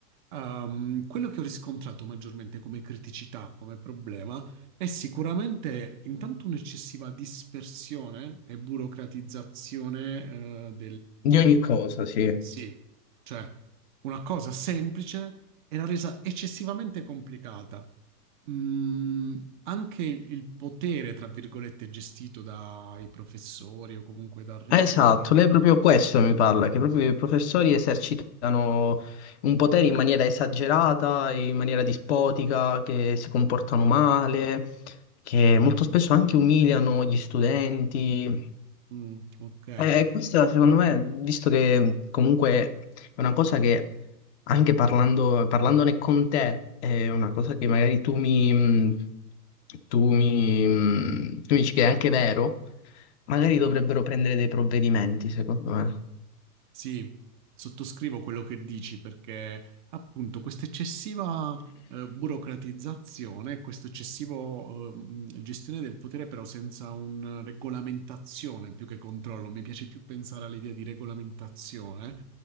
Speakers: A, on the right; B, on the left.
A: ehm, quello che ho riscontrato maggiormente come criticità, come problema, è sicuramente intanto un'eccessiva dispersione e burocratizzazione, eh,
B: Di ogni cosa, sì.
A: Sì, cioè una cosa semplice era resa eccessivamente complicata. Mm, anche il il potere, tra virgolette, gestito dai professori o comunque dal rettore.
B: Eh, Esatto, lei proprio questo mi parla, che proprio i professori esercitano un potere in maniera esagerata, in maniera dispotica, che si comportano male, che molto spesso anche umiliano gli studenti.
A: Mm, ok.
B: E questa, secondo me, visto che comunque è una cosa che, anche parlando, parlandone con te, è una cosa che magari tu mi, tu mi, tu mi dici che è anche vero, magari dovrebbero prendere dei provvedimenti, secondo me.
A: Sì, sottoscrivo quello che dici perché appunto questa eccessiva eh, burocratizzazione, questa eccessiva gestione del potere però senza una regolamentazione più che controllo, mi piace più pensare all'idea di regolamentazione,